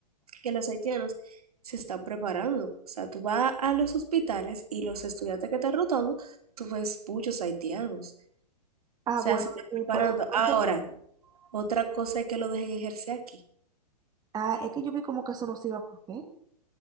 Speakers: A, on the right (about 65°); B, on the right (about 20°).
A: que los haitianos se están preparando. O sea, tú vas a los hospitales y los estudiantes que están rotando, tú ves muchos haitianos. O
B: Ah,
A: sea,
B: bueno,
A: se están
B: y
A: preparando.
B: por lo que...
A: Ahora, otra cosa es que lo dejen ejercer aquí.
B: Ah, es que yo vi como que eso no se iba a poder.